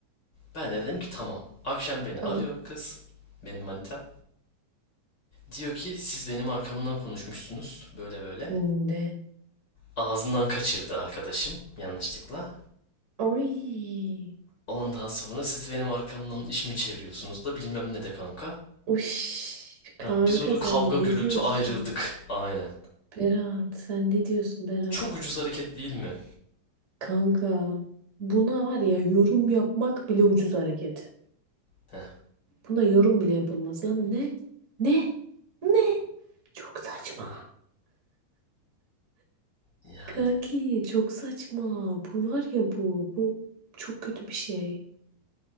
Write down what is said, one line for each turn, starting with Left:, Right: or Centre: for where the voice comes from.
Left: Ben de dedim ki tamam. Akşam beni
Right: Tamam.
Left: arıyor kız. Benim manita. Diyor ki siz benim arkamdan konuşmuşsunuz. Böyle böyle.
Right: Ne?
Left: Ağzından kaçırdı arkadaşım yanlışlıkla.
Right: Oy.
Left: Ondan sonra siz benim arkamdan iş mi çeviriyorsunuz da bilmem ne de kanka.
Right: Uş. Kanka
Left: Heh, biz orada
Right: sen
Left: kavga
Right: ne
Left: gürültü
Right: diyorsun?
Left: ayrıldık. Aynen.
Right: Berat sen ne diyorsun Berat?
Left: Çok ucuz hareket değil mi?
Right: Kanka buna var ya yorum yapmak bile ucuz hareket.
Left: Heh,
Right: Buna yorum bile yapılmaz lan. Ne? Ne? Ne? Çok saçma.
Left: yani.
Right: Kanki çok saçma. Bu var ya bu. Bu çok kötü bir şey.